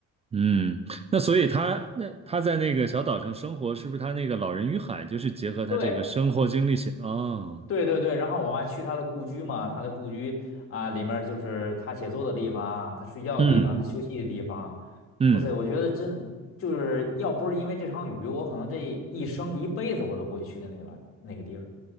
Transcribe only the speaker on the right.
嗯，那所以他那他在那个小岛上生活，是不是他那个《老人与海》就是结合他这个生活经历写的？
哦，
嗯
嗯。